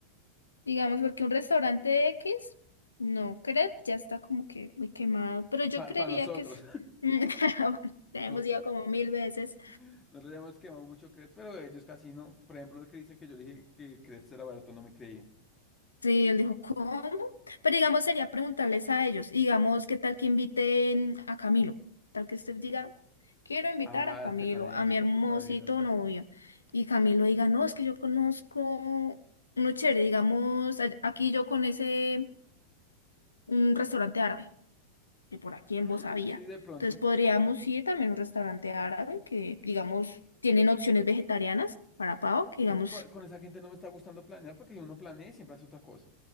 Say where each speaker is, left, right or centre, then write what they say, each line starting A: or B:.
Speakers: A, on the left; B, on the left.
A: Digamos, porque un restaurante X, no, crepe ya está como que muy quemado, pero yo
B: Para
A: creería
B: nosotros,
A: que sí. <laughs> bueno, ya
B: <laughs> nos-
A: hemos ido como mil veces.
B: nosotros ya hemos quemado mucho crepes, pero ellos casi no. Por ejemplo, el que dicen que yo le dije que crepes era barato, no me creían.
A: Sí, él dijo, ¿cómo? Pero digamos, sería preguntarles a ellos, y digamos, ¿qué tal que inviten a Camilo? Tal que usted diga, quiero invitar
B: Ah,
A: a Camilo,
B: Estefanía
A: a
B: invita
A: mi hermosito
B: a su pareja, sí.
A: novio. Y Camilo diga, no, es que yo conozco uno chévere, digamos, a- aquí yo con ese, un restaurante árabe. que por aquí
B: Mm,
A: en Voz había.
B: sí, de pronto.
A: Entonces podríamos ir también a un restaurante árabe que, digamos, tienen opciones vegetarianas para pavo, que digamos,
B: Es que con, con esa gente no me está gustando planear porque si uno planea y siempre hace otra cosa.